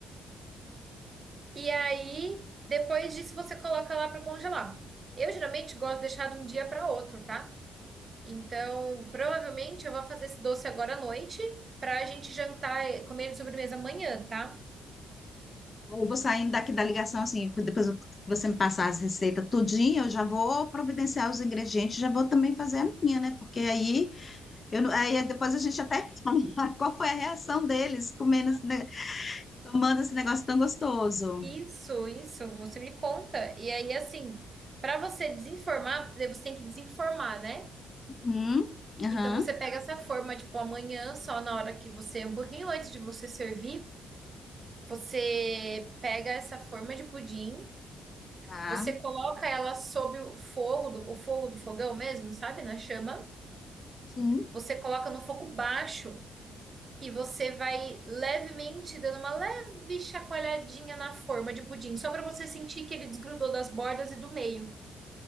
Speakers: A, on the right; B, on the left.
A: E aí, depois disso, você coloca lá para congelar. Eu geralmente gosto de deixar de um dia para outro, tá? Então, provavelmente eu vou fazer esse doce agora à noite para a gente jantar, e comer ele de sobremesa amanhã, tá?
B: Eu vou saindo daqui da ligação, assim, depois eu- que você me passar as receitas tudinho, eu já vou providenciar os ingredientes, já vou também fazer a minha, né? Porque aí. Eu não- aí depois a gente até fala <laughs> qual foi a reação deles comendo, esse ne- tomando esse negócio tão gostoso.
A: Isso, isso, você me conta. E aí, assim, para você desinformar, porque você tem que desinformar, né?
B: Uhum, aham,
A: Então você pega essa forma, tipo, amanhã, só na hora que você, um pouquinho antes de você servir, você pega essa forma de pudim,
B: tá,
A: você coloca ela sob o fogo do, o fogo do fogão mesmo, sabe? Na chama.
B: sim.
A: Você coloca no fogo baixo E você vai levemente dando uma leve chacoalhadinha na forma de pudim, só para você sentir que ele desgrudou das bordas e do meio.